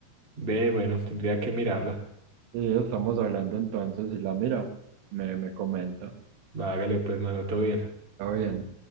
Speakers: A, on the right (about 30°); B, on the right (about 80°).
A: Ve, bueno, tendría que mirarla.
B: Sí, estamos hablando entonces. Si la mira, me, me comenta.
A: Va, Hágale pues, mano, todo bien.
B: Está bien.